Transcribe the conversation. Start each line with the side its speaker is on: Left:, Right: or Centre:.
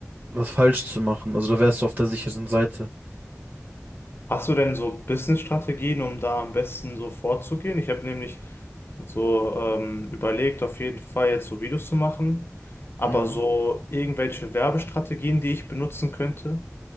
Right: was falsch zu machen. Also da wärst du auf der sicheren Seite.
Left: Hast du denn so Business-Strategien, um da am besten so vorzugehen? Ich habe nämlich so ähm, überlegt, auf jeden Fall jetzt so Videos zu machen, aber
Right: Mhm.
Left: so irgendwelche Werbestrategien, die ich benutzen könnte,